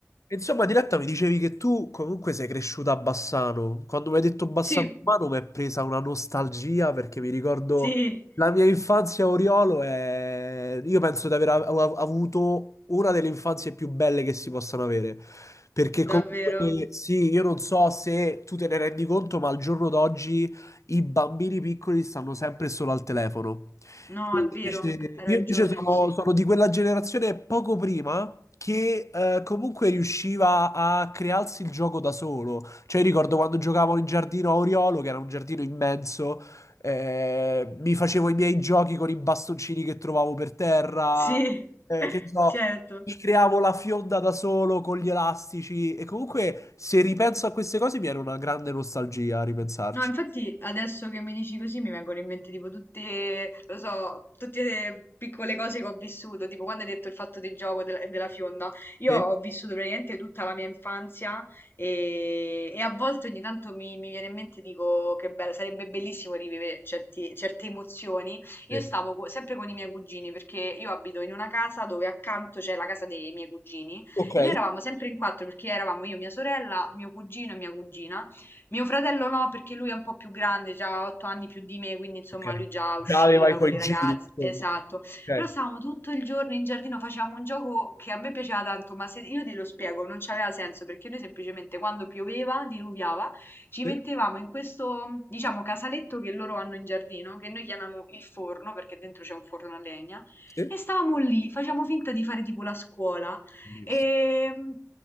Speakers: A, on the left (about 75°); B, on the left (about 45°).
A: Insomma, Diletta, mi dicevi che tu comunque sei cresciuta a Bassano. Quando mi hai detto Bassano
B: Sì,
A: Romano mi è presa una nostalgia perché mi ricordo
B: sì,
A: la mia infanzia a Oriolo e io penso di aver av- av- avuto una delle infanzie più belle che si possano avere. Perché
B: davvero.
A: comunque sì, io non so se tu te ne rendi conto, ma al giorno d'oggi i bambini piccoli stanno sempre solo al telefono.
B: No,
A: Io
B: è vero,
A: invece,
B: hai
A: io
B: ragione,
A: invece sono,
B: sì.
A: sono di quella generazione poco prima che eh, comunque riusciva a crearsi il gioco da solo. Cioè, ricordo quando giocavo in giardino a Oriolo, che era un giardino immenso, eh, mi facevo i miei giochi con i bastoncini che trovavo per terra,
B: Sì,
A: eh,
B: <laughs>
A: che ne so,
B: certo.
A: mi creavo la fionda da solo con gli elastici. E comunque, se ripenso a queste cose, mi viene una grande nostalgia a ripensarci.
B: No, infatti adesso che mi dici così mi vengono in mente tipo tutte, lo so, tutte le piccole cose che ho vissuto, tipo quando hai detto il fatto del gioco del- della fionda, io
A: Sì.
B: ho vissuto praticamente tutta la mia infanzia e, e a volte ogni tanto mi, mi viene in mente e dico che bello, sarebbe bellissimo rivivere certi- certe emozioni. Io
A: Sì.
B: stavo co- sempre con i miei cugini perché io abito in una casa dove accanto c'è la casa dei miei cugini
A: Ok.
B: e noi eravamo sempre in quattro perché eravamo io, mia sorella, mio cugino e mia cugina. Mio fratello no, perché lui è un po' più grande, già ha otto anni più di me, quindi insomma
A: Ok.
B: lui già
A: Già
B: usciva
A: aveva i tuoi
B: con le
A: giri,
B: ragazze,
A: insomma.
B: esatto.
A: Ok.
B: Però stavamo tutto il giorno in giardino, facevamo un gioco che a me piaceva tanto, ma se io te lo spiego, non c'aveva senso, perché noi semplicemente quando pioveva, diluviava, ci
A: Sì,
B: mettevamo in questo, diciamo, casaletto che loro hanno in giardino, che noi chiamiamo il forno, perché dentro c'è un forno a legna,
A: sì.
B: e stavamo lì, facevamo finta di fare tipo la scuola.
A: Bellissimo.
B: E, mh,